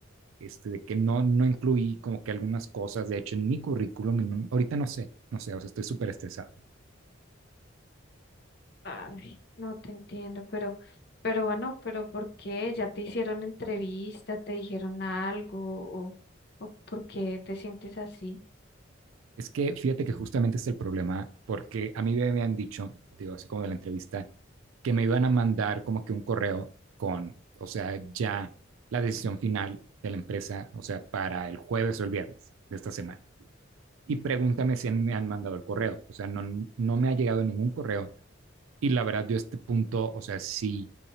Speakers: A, on the right; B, on the left.
A: Este, de que no, no incluí como que algunas cosas, de hecho, en mi currículum, en un- ahorita no sé, no sé, o sea, estoy súper estresado.
B: Ay, no te entiendo, pero, pero bueno, pero ¿por qué? ¿Ya te hicieron entrevista? ¿Te dijeron algo? ¿O, o por qué te sientes así?
A: Es que fíjate que justamente es el problema, porque a mí me habían dicho, digo, así como de la entrevista, que me iban a mandar como que un correo con, o sea, ya la decisión final de la empresa, o sea, para el jueves o el viernes de esta semana. Y pregúntame si me han mandado el correo, o sea, no, no me ha llegado ningún correo Y la verdad, yo a este punto, o sea, sí,